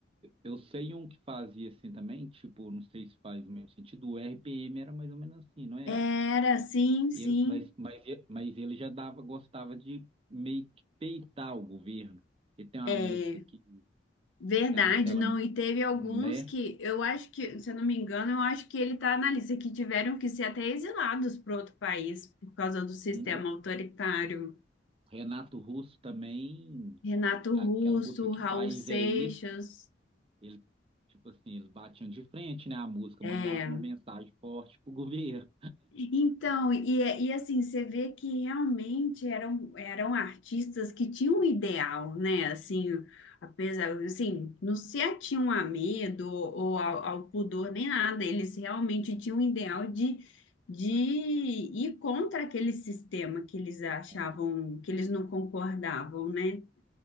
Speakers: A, on the right; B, on the left.
A: Eu sei um que fazia assim também, tipo, não sei se faz o mesmo sentido, o RPM era mais ou menos assim, não era?
B: Era, sim, sim.
A: Ele, mas, mas, e- mas ele já dava, gostava de meio que peitar o governo. Ele tem uma
B: é,
A: música que
B: Verdade,
A: Tem aquela,
B: não. E teve alguns
A: né?
B: que eu acho que, se eu não me engano, eu acho que ele está na lista que tiveram que ser até exilados para outro país por causa do sistema
A: O
B: autoritário.
A: Renato Russo também,
B: Renato
A: aquela
B: Russo,
A: música Que
B: Raul
A: País
B: Seixas.
A: é Esse? Ele, tipo assim, eles batiam de frente, né? A música
B: é,
A: mandava uma mensagem forte pro governo
B: Então, e, é- e assim, você vê que realmente eram, eram artistas que tinham um ideal, né? Assim, apesar, assim, não se atinham a medo ou ao, ao pudor nem nada, eles realmente tinham um ideal de, de ir contra aquele sistema que eles achavam,
A: contra.
B: que eles não concordavam, né?